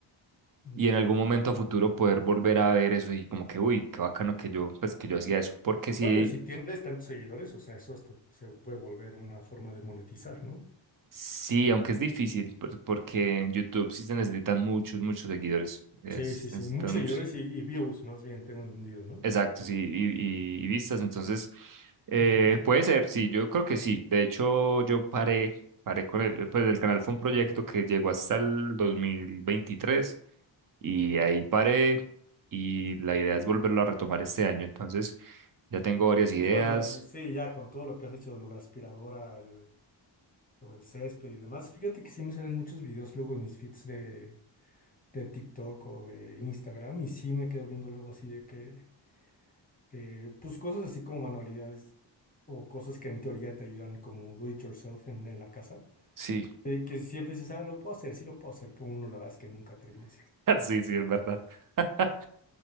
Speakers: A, on the left; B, on the right.
A: ya.
B: y en algún momento a futuro poder volver a ver eso y como que, uy, qué bacano que yo, pues que yo hacía eso, porque sí,
A: Bueno, y si tienes tantos seguidores, o sea, eso hasta se puede volver una forma de monetizar, ¿no?
B: sí, aunque es difícil, por- porque en YouTube sí se necesitan muchos, muchos seguidores, es,
A: Sí, sí, sí.
B: necesitan
A: Muchos seguidores
B: muchos,
A: y, y views, más bien, tengo entendido, ¿no?
B: exactos y, y, y- y vistas, entonces eh,
A: Ujú.
B: puede ser, sí, yo creo que sí, de hecho yo paré, paré con el, pues el canal fue un proyecto que llegó hasta el 2023 y
A: Ok.
B: ahí paré y la idea es volverlo a retomar este año. Entonces, ya tengo varias ideas.
A: Pues bueno, eh, sí, ya con todo lo que has hecho, lo de aspiradora, el- lo del césped y demás, fíjate que sí me salen muchos videos luego en mis feeds de, de TikTok o de Instagram y sí me quedo viendo luego así de que eh, pues cosas así como manualidades o cosas que en teoría te ayudan como do it yourself en, en la casa,
B: Sí,
A: eh, que siempre dices, ah, lo puedo hacer, sí lo puedo hacer, pero uno la verdad es que nunca termina haciendo.
B: <laughs> sí, sí, es verdad. <laughs>